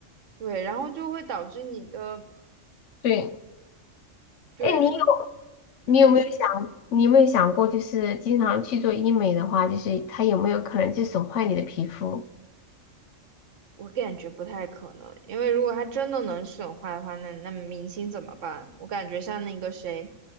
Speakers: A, on the right; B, on the left.
A: 对，然后就会导致你的
B: 对，
A: 对，
B: 哎，你有
A: 就嗯，
B: 你有没有想，
A: 你说。
B: 你有没有想过，就是经常去做医美的话，就是它有没有可能就损坏你的皮肤？
A: 我感觉不太可能，因为如果他真的能损坏的话，那那明星怎么办？我感觉像那个谁，